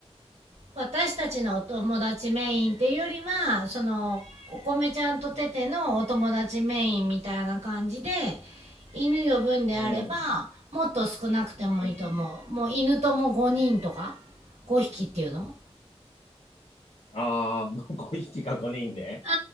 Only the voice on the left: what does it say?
うん。
うん。
ああ、<laughs> まあ、5匹か5人ね。